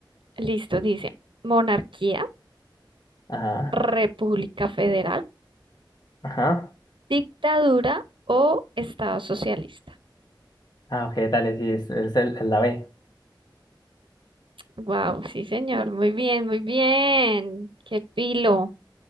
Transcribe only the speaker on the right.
Listo, dice, monarquía,
república federal,
dictadura o estado socialista.
Wow, sí, señor, muy bien, muy bien. Qué pilo,